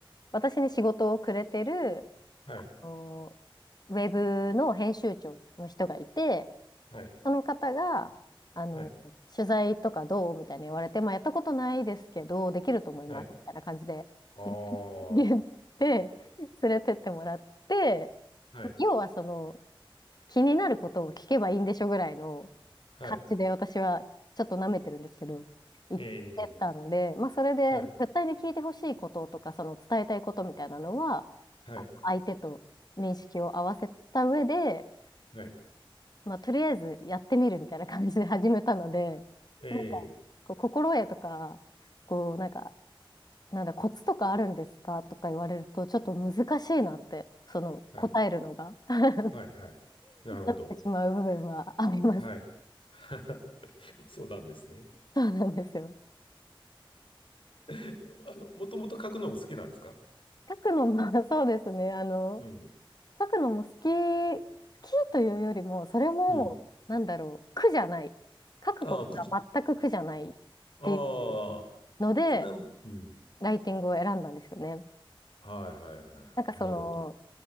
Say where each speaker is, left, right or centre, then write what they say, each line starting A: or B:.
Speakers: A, on the left; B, on the left.
A: 私に仕事をくれてる、
B: はい。
A: おウェブの編集長の人がいて、
B: はい。
A: その方が、あの、
B: はい。
A: 取材とかどうみたいに言われて、まあ、やったことないですけど、できると思います、
B: はい。
A: みたいな感じで
B: ああ、
A: <laughs> 言って、
B: は
A: 連れてってもらって、
B: い。
A: 要はその、気になることを聞けばいいんでしょぐらいの
B: はい。
A: 感じで私はちょっと舐めてるんですけど、言ってたので、
B: ええ、
A: まあそれで絶対に聞いてほしいこととか、
B: はい。
A: その伝えたいことみたいなのは、
B: はい。
A: あの相手と認識を合わせた上で、
B: はい。
A: まあとりあえずやってみるみたいな感じで始めたので、
B: ええ、
A: なんかこう心得とか、こうなんか、なんだ、コツとかあるんですかとか言われると、ちょっと難しいなって、その答えるのが
B: はい。
A: <laughs> な
B: はい。はい。なるほど。
A: ってしまう部分はあります。
B: はい。<laughs> そうなんですね。
A: そうなんですよ。
B: <laughs> あの、もともと書くのも好きなんですか
A: 書くのも、<laughs> そうですね。あの、
B: うん。
A: 書くのも好き、好きというよりも、それも、
B: うん。
A: なんだろう、苦じゃない。書くことが全く苦じゃないっていう
B: ああ、くじ。ああ、
A: ので、
B: それは、うん。
A: ライティングを選んだんですよね。
B: はいはいはいはい。
A: なんかその、
B: なるほど。